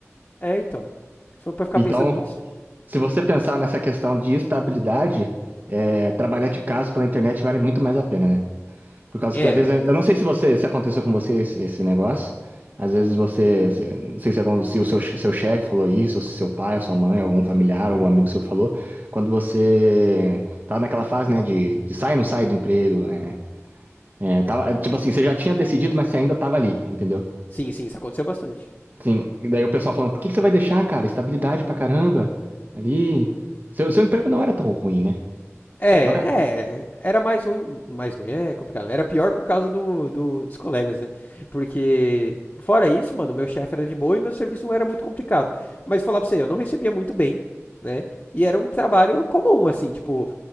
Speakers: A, on the left; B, on the right.
A: É, então. Se for pra ficar
B: Então,
A: pensando nisso.
B: se você pensar nessa questão de estabilidade, é, trabalhar de casa pela internet vale muito mais a pena, né? Por causa
A: É.
B: que às vezes, eu não sei se você, se aconteceu com você esse, esse negócio, às vezes você, se- não sei se, algum- se o seu, seu chefe falou isso, ou se seu pai, ou sua mãe, algum familiar, algum
A: hum,
B: amigo seu falou, quando você tava naquela fase, né, de, de sai ou não sai do emprego, né? É, tava, tipo assim, você já tinha decidido, mas você ainda tava ali, entendeu?
A: Sim, sim, isso aconteceu bastante.
B: Sim, e daí o pessoal falando, por que que você vai deixar, cara? Estabilidade pra caramba. Ali. Seu, seu emprego não era tão ruim, né?
A: É,
B: Não era?
A: é, era mais ruim, mais ruim, é complicado. Era pior por causa do, do- dos colegas, né? Porque, fora isso, mano, meu chefe era de boa e meu serviço não era muito complicado. Mas falar pra você, eu não recebia muito bem, né? E era um trabalho comum, assim, tipo,